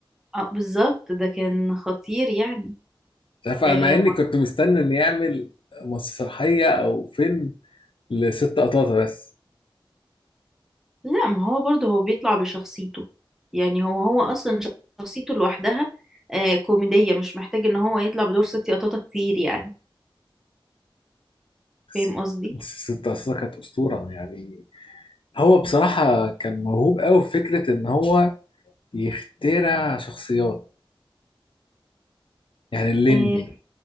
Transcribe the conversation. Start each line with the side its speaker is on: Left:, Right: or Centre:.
Centre: اه بالظبط ده كان خطير يعني
Left: مش عارف انا
Centre: آه
Left: مع اني كنت مستني ان يعمل مسرحيه او فيلم لست قطاطه بس
Centre: لا ما هو برضه هو بيطلع بشخصيته يعني هو هو اصلا شخصيته لوحدها آه كوميديه مش محتاج ان هو يطلع بدور ست قطاطه كتير يعني
Left: بس
Centre: فاهم قصدي
Left: الست قطاطه كانت اسطوره يعني هو بصراحه كان موهوب قوي في فكره ان هو يخترع شخصيات يعني الليمبي
Centre: آه